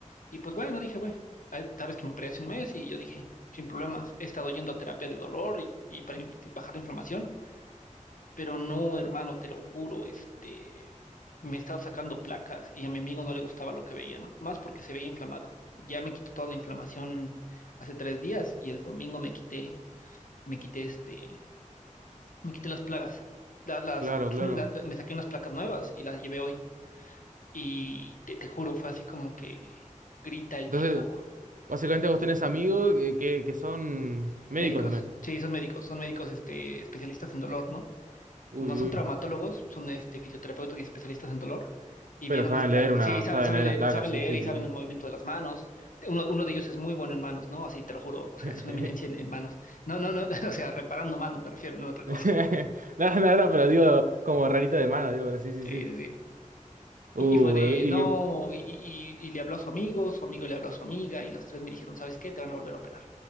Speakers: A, on the left; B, on the right.
A: Y pues bueno, dije, bueno, ah, sabes que me operé hace un mes y yo dije, sin problemas, he estado yendo a terapia de dolor y, y para inf- bajar la inflamación, pero no, hermano, te lo juro, este, me he estado sacando placas y a mi amigo no le gustaba lo que veía, ¿no? Más porque se veía inflamado. Ya me quitó toda la inflamación hace tres días y el domingo me quité, me quité este me quité las plagas, la- las,
B: Claro,
A: <clears throat>
B: claro.
A: la- la- me saqué unas placas nuevas y las llevé hoy. Y te, te juro, fue así como que grita el
B: Entonces,
A: tipo,
B: básicamente vos tenés amigos que, que, que son médicos
A: médicos,
B: también.
A: sí, son médicos, son médicos este, especialistas en dolor, ¿no?
B: Uy,
A: No son
B: uy.
A: traumatólogos, son este, fisioterapeutas y especialistas en dolor. Y
B: Pero
A: vieron
B: saben
A: las placas,
B: leer una,
A: sí, sabe-
B: saben
A: saben,
B: leer
A: leer,
B: las placas,
A: saben
B: sí,
A: leer
B: sí,
A: y
B: sí,
A: saben el movimiento de las manos. Uno, uno de ellos es muy bueno en manos, ¿no? Así te lo juro, o sea,
B: sí. <laughs>
A: es una eminencia en, en manos. No, no, no, <laughs> o sea, reparando manos me refiero, no en otra cosa.
B: <laughs> No, no, no, pero digo, como rarito de mano, digo, pero sí, sí,
A: Sí,
B: sí.
A: sí, sí.
B: Uh,
A: Y, y fue de,
B: lo que- y
A: no, y, y- y- y le habló a su amigo, su amigo le habló a su amiga, y los tres me dijeron, ¿sabes qué? Te van a volver a operar.